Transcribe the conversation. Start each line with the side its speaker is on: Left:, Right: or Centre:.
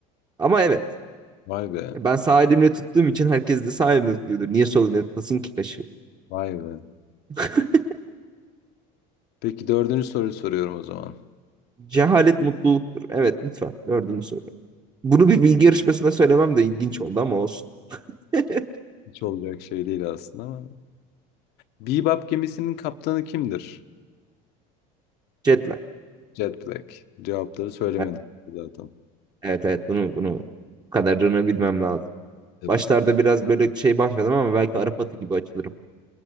Right: Ama evet
Left: Vay be.
Right: Ben sağ elimle tuttuğum için herkes de sağ elimle tutuyordur. Niye sol elimle tutasın ki taşı?
Left: Vay be.
Right: <laughs>
Left: Peki dördüncü soruyu soruyorum o zaman.
Right: Cehalet mutluluktur. Evet lütfen. Dördüncü soru. Bunu bir bilgi yarışmasında söylemem de ilginç oldu ama olsun. <laughs>
Left: Hiç olacak şey değil aslında ama. Bebop gemisinin kaptanı kimdir?
Right: Jet lag.
Left: Jet Black. Cevapları söylemedim
Right: Evet
Left: zaten.
Right: evet evet. bunu bunu bu kadarını bilmem lazım.
Left: Tabii.
Right: Başlarda biraz böyle şey başladım ama belki Arap atı gibi açılırım.